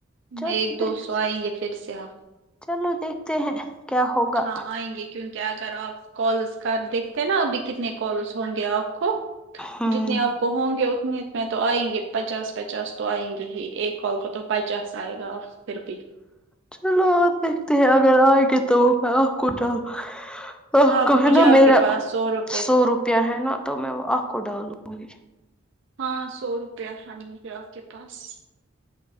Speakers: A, on the right (about 65°); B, in the centre.
A: میں
B: چلو
A: ایک دو
B: دیکھتے
A: سو آئیں گے پھر سے آپ
B: چلو دیکھتے ہیں کیا ہوگا
A: ہاں آئیں گے کیونکہ اگر آپ کالز کر دیکھتے نا ابھی کتنے کالس ہوں گے آپ کو
B: ہوں
A: جتنے آپ کو ہوں گے اتنے میں تو آئیں گے پچاس پچاس تو آئیں گے ہی ایک کال کو تو پچاس آئے گا آپ پھر بھی تک
B: چلو آپ دیکھتے ہیں اگر آئیں گے تو میں آپ کو ڈا حا آہ ا
A: آپ
B: کھانا
A: مجھے
B: نا
A: آپ
B: میرا
A: کے پاس روپے
B: سو روپیہ ہے نا تو میں وہ آپ کو ڈالوں گی
A: ہاں سو روپیہ ہارنے کے آپ کے پاس